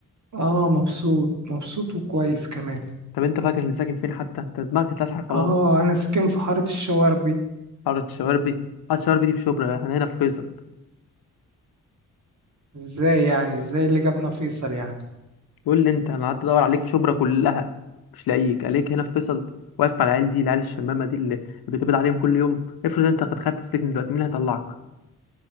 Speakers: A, on the right; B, on the left.
A: اه مبسوط مبسوط وكويس كمان
B: طب انت فاكر اني ساكن فين حتى انت دماغك اتلسعت خلاص
A: اه انا ساكن في حارة الشواربي
B: حاره الشواربي حاره الشواربي دي في شبرا احنا هنا في فيصل
A: ازاي يعني ازاي اللي جابنا فيصل يعني
B: قول لي انت انا قعدت ادور عليك في شبرا كلها مش لاقيك عليك هنا في فيصل واقف مع العيال دي العيال الشمامه دي اللي بتقبض عليهم كل يوم افرض انت قد خدت السجن دلوقتي مين اللي هيطلعك